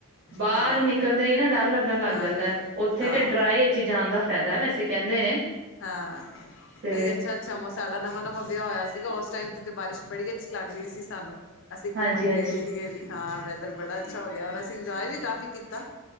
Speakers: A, on the right (about 55°); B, on the left (about 60°).
A: ਬਾਹਰ
B: ਹਾਂ
A: ਨਿਕ ਨਿਕਲਦਾ ਹੀ ਨਾ ਡਰ ਲੱਗਣ ਲੱਗ
B: ਹਾਂ
A: ਜਾਂਦਾ ਹੈ ਉੱਥੇ
B: ਹਾਂ
A: ਤੇ ਡਰਾਏ ਚੀ ਜਾਣ ਦਾ ਫਾਇਦਾ ਵੈਸੇ ਕਹਿੰਦੇ ਨੇ।
B: ਹਾ
A: ਤੇ
B: ਬਈ ਅੱਛਾ-ਅੱਛਾ ਮੌਸਮ ਸਾਡਾ ਨਵਾਂ-ਨਵਾਂ ਵਿਆਹ ਹੋਇਆ ਸੀਗਾ ਉਸ ਟਾਈਮ ਤੇ ਬਾਰਿਸ਼ ਬੜੀ ਅੱਛੀ ਲੱਗ ਰਹੀ ਸੀ ਸਾਨੂੰ ਅਸੀਂ
A: ਹਾਂਜੀ
B: ਘੁੰਮਣ
A: ਹਾਂਜੀ
B: ਗਏ ਸੀਗੇ ਵੀ ਹਾਂ ਵੈਦਰ ਬੜਾ ਅੱਛਾ ਹੋ ਗਿਆ ਰ ਅਸੀਂ ਇੰਜੋਏ ਵੀ ਕਾਫ਼ੀ ਕੀਤਾ